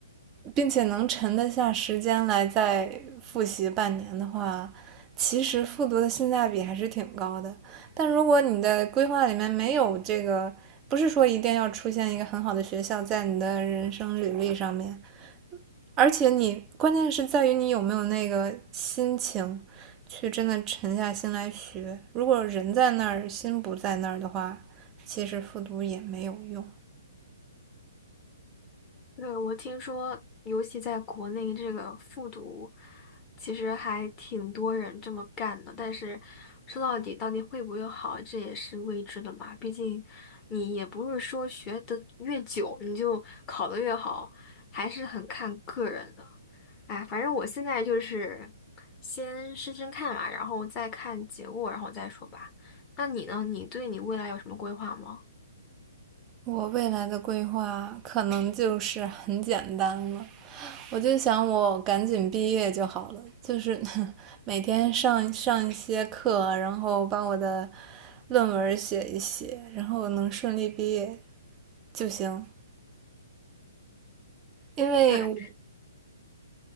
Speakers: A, on the right (about 20°); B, on the left (about 20°).
A: 并且能沉得下时间来再复习半年的话，其实复读的性价比还是挺高的。但如果你的规划里面没有这个，不是说一定要出现一个很好的学校在你的人生履历上面，而且你关键是在于你有没有那个心情去真的沉下心来学。如果人在那儿，心不在那儿的话，其实复读也没有用。
B: 对，我听说，尤其在国内这个复读，其实还挺多人这么干的。但是说到底，到底会不会好，这也是未知的嘛。毕竟你也不是说学的越久，你就考的越好，还是很看个人的。哎，反正我现在就是先试试看嘛，然后再看结果，然后再说吧。那你呢？你对你未来有什么规划吗？
A: 我未来的规划可能就是很简单了，我就想我赶紧毕业就好了，就是 <laughs> 每天上上一些课啊，然后把我的论文写一写，然后我能顺利毕业就行。因为我
B: 对，